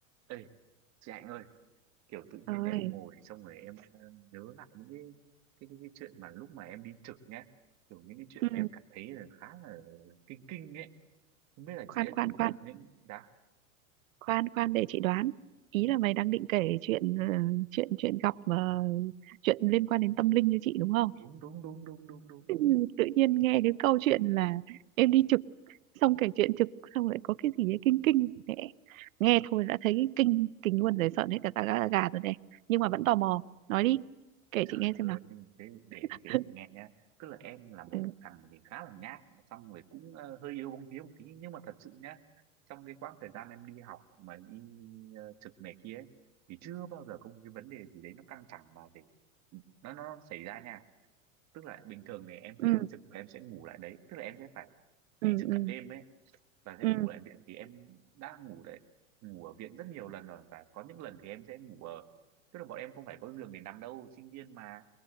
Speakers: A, on the right; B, on the right.
A: Ê, chị Hạnh ơi, kiểu tự nhiên
B: Rồi.
A: em ngồi xong rồi em ờ, nhớ lại những cái, cái cái cái chuyện mà lúc mà em đi trực nhá, kiểu những cái chuyện
B: Ừ.
A: mà em cảm thấy là khá là kinh kinh ấy. Không biết là chị
B: Khoan
A: đã
B: khoan
A: từng gặp
B: khoan,
A: những đã
B: khoan khoan để chị đoán. Ý là mày đang định kể chuyện ờ, chuyện chuyện gặp mà chuyện liên quan đến tâm linh cho chị đúng không?
A: đúng đúng đúng đúng đúng đúng
B: Ừ, Tự nhiên nghe cái câu chuyện là em đi trực xong kể chuyện trực xong lại có cái gì ấy kinh kinh mẹ. Nghe thôi đã thấy kinh kinh luôn rồi sợn hết cả ta gà gà rồi này. Nhưng mà vẫn tò mò, nói đi. Kể
A: Trời
B: chị nghe xem
A: ơi,
B: nào.
A: thế để em
B: <laughs>
A: kể chị nghe nhá. Tức là em là một
B: Ừ
A: thằng thì khá là nhát, mà xong rồi cũng ờ, hơi yếu bóng vía một tí. Nhưng mà thật sự nhá, trong cái quãng thời gian em đi học mà đi ờ, trực này kia ấy, thì chưa bao giờ có một cái vấn đề gì đấy nó căng thẳng mà để nó nó xảy ra nha. Tức là bình thường thì em
B: ừ
A: sẽ đi trực và em sẽ ngủ lại đấy. Tức là em sẽ phải đi
B: ừ
A: trực
B: ừ.
A: cả đêm ấy và sẽ
B: ừ.
A: ngủ lại viện thì em đã ngủ đấy ngủ ở viện rất nhiều lần rồi và có những lần thì em sẽ ngủ ở tức là bọn em không phải có giường để nằm đâu sinh viên mà